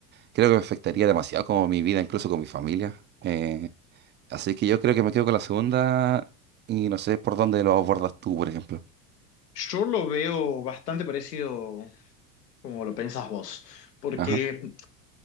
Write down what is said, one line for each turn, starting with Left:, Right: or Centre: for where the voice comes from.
Right: creo que me afectaría demasiado como mi vida, incluso con mi familia. Eh, así que yo creo que me quedo con la segunda y no sé por dónde lo abordas tú, por ejemplo.
Left: Yo lo veo bastante parecido como lo pensás vos, porque
Right: Ajá,